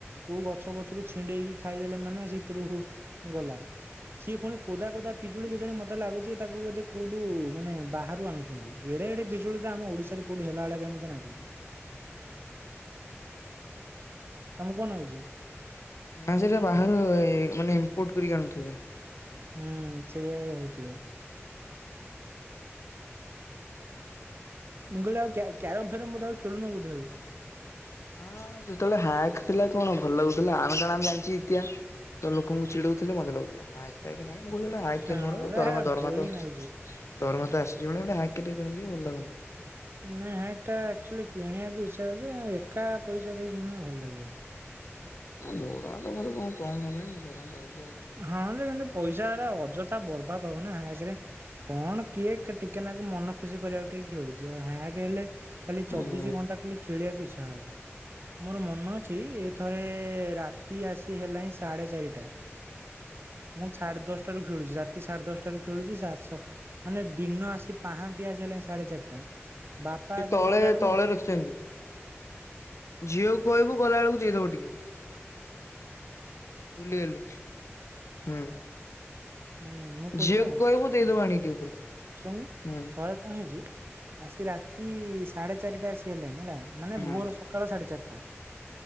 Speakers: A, on the right; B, on the left.
A: କୋଉ ଗଛ ପଛରୁ ଛିଣ୍ଡେଇକି ଖାଇଦେଲେ ମାନେ ସେଥିରୁ ଗଲା ସିଏ ପୁଣି କୋଦା କୋଦା ପିଜୁଳି କେଜାଣି ମତେ ଲାଗୁଛି ତାକୁ ବୋଧେ କୋଉ ଠୁ ମାନେ ବାହାରୁ ଆଣୁଚନ୍ତି ଏଡେ ଏଡେ ବିଜୁଳି ତ ଆମ ଓଡିଶାରେ କୋଉଠି ହେଲା ଭଳିଆ କାଇଁ ମତେ ଲାଗୁନି। ତମକୁ କଣ ନାଗୁଚି?
B: ନା ସେଟା ବାହାର ମାନେ ଇନ୍ ପୋର୍ଟ କରି ଆଣୁଥିବେ।
A: ହୁଁ ସେଇଆ ୟା ହୋଉଥିବ। ମୁଁ କହିଲି ଆଉ କ୍ୟା କ୍ୟାରମ ଫେରମ ବୋଧେ ଆଉ ଖେଳୁନ ବୋଧେ ଆଉ?
B: ହଁ ଯେତେବେଳେ ହ୍ୟାକ୍ ଥିଲା କଣ ଭଲ ଲାଗୁଥିଲା ଆମେ କଣ ଆମେ ଜାଣିଚି ଇତି ତ ଲୋକଙ୍କୁ
A: ହୁଁ
B: ଚିଡଉଥିଲି ମଜା ଲାଗୁ ହାକ୍ ଫାକ୍ ନାଇଁ ମୁଁ କହୁଛି ଗୋଟେ ହାକ୍
A: ହଁ
B: କେନର ହୋ
A: ସେ
B: ଦରମା ଦରମା
A: ବୋରିଂ
B: ତ
A: ଲାଗୁଛି।
B: ଦରମା ତ ଆସି ଜିବଣି ଗୋଟେ ହା କେ କରି କିଣିବି ଭଲ ଲାଗନ୍ତା।
A: ନା ହେଟା ଆକ୍ଚୁଆଲି କିଣିବାକୁ ଇଚ୍ଛା ହେଉଛି ଯେ ଏକା ପଇସା ଦେଇକି କିଣିବ ଭଲ ଲାଗିବନି।
B: ଦରମା ତ ମର କଣ କମ ହେଲାଣି ଦରମା ହଉ।
A: ହଁ ଯେ ପଇସା ଗୁଡା ଅଯଥା ବର୍ବାଦ ହବନା ହାକ୍ ରେ କଣ କିଏ କେ ଟିକେ ନାକୁ ମନ ଖୁସି କରିବାକୁ ଟିକେ ଖେଳୁଛି ଆଉ ହ୍ୟାକ୍ ହେଲେ ଖାଲି
B: ହୁଁ
A: ଚବିଶି ଘଣ୍ଟା ଖାଲି ଖେଳିବାକୁ ଇଚ୍ଛା ହବ ମୋର ମନ ଅଛି ଏ ଥରେ ରାତି ଆସି ହେଲାଣିିଁ ସାଢେ ଚାରିଟା ମୁଁ ସାଢ଼େ ଦଶ ଟାରୁ ଖେଳୁଛି ରାତି ସାଢେ ଦଶଟାରୁ ଖେଳୁଛି ସାତଶହ ମାନେ ଦିନ ଆସି ପାହାନ୍ତି ଆସି ହେଲାଣି ସାଢେ ଚାରିଟା। ବାପା
B: ସେ
A: ଆସି
B: ତଳେ
A: ଦେଖିଲା ବେଳକୁ
B: ତଳେ
A: ହୁଁ
B: ରଖିଛନ୍ତି ଝିଅକୁ କହିବୁ ଗଲା ବେଳକୁ ଦେଇ ଦବ ଟିକେ ଭୁଲି ଗଲି ହୁଁ।
A: ହୁଁ ମୁଁ କହୁଛି
B: ଝିଅକୁ
A: ପା
B: କହିବୁ ଦେଇଦବ ଆଣିକି ଟିକେ ଉପରେ
A: ଶୁଣୁନୁ
B: ହୁଁ।
A: ଥରେ କଣ ହେଇଛି ଆସି ରାତି ସାଢେ ଚାରିଟା ଆସି ହେଲାଣି ହେଲା ମାନେ
B: ହଁ
A: ଭୋର ସକାଳ ସାଢେ ଚାରିଟା।